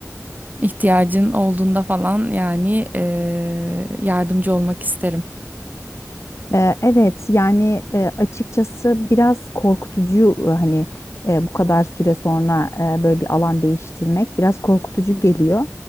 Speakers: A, on the right; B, on the left.
A: İhtiyacın olduğunda falan yani e, yardımcı olmak isterim.
B: Eee, evet yani eee, açıkçası biraz korkutucu eee, hani eee, bu kadar süre sonra eee, böyle bir alan değiştirmek biraz korkutucu geliyor.